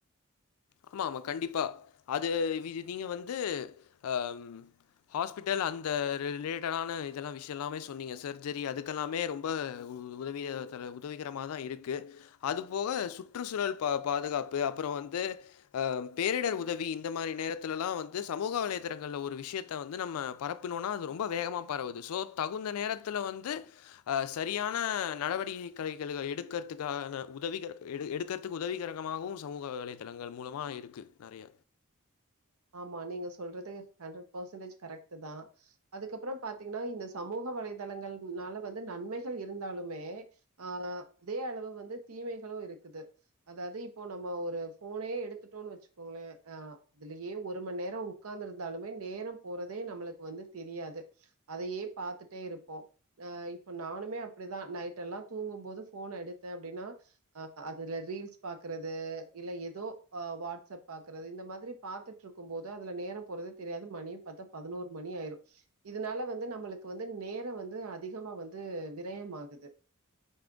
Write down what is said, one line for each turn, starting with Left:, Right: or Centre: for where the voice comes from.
Left: ஆமா ஆமா கண்டிப்பா அது வி நீங்க வந்து அ ஹாஸ்பிட்டல் அந்த ரிலேட்டடான இதெல்லா விஷய எல்லாமே சொன்னீங்க சர்ஜரி அதுக்கெல்லாமே ரொம் ப உதவிய தர உதவிகரமா தா இருக்கு அது போக சுற்றுச்சூழல் பாதுகாப்பு அப்புற வந்து அ பேரிடர் உதவி இந்த மாரி நேரத்திலல்லா வந்து சமூக வலைதளங்கள்ல ஒரு விஷயத்த வந்து நம்ம பரப் புனோனா அது ரொம்ப வேகமா பரவுது சோ தகுந்த நேரத்துல வந்து அ சரியான நடவடிக்கைகள எடுக்கிறதுக்காண உதவிகர் எடு எடுக்கர் த்துக்கு உதவிகரகமாகவு சமூக வலைதளங்கள் மூலமா இருக்கு நெறைய
Right: ஆமா நீங்க சொல்றதுக் ஹண்ட்ரட் பர்சன்டேஜ் கரெக்ட் தா அதுக்கப்புற பாத்தீங்கன்னா இந்த சமூக வலைதளங்கள்னால வந்து நன்மைகள் இருந்தாலுமே ஆ அதே அளவு வந்து தீமைகளு இருக்குது அதாது இப்போ நம்ம ஒரு ஃபோனே எடுத்துட்டோனு வச்சுக்கோங்களே அ அதுலயே ஒரு மண் நேரோ ஒக்காந்து இருந்தாலுமே நேரம் போறதே நம்மளுக்கு வந்து தெரியாது அதையே பாத்துட்டே இருப்போ ஆ இப்ப நானுமே அப்டிதா நைட் எல்லா தூங்கும்போது ஃபோன எடுத்தே அப்டின்னா அ அதுல ரீல்ஸ் பாக்குறது இல்ல ஏதோ வாட்ஸ்அப் பாக்குறது இந்த மாதிரி பாத்துட்டு இருக்கும் போது அதுல நேர போறதே தெரியாது மணியு பாத்தா பதினோரு மணி ஆயிரு இதனால வந்து நம்மளுக்கு வந்து நேர வந்து அதிகமா வந்து விரய ஆகுுது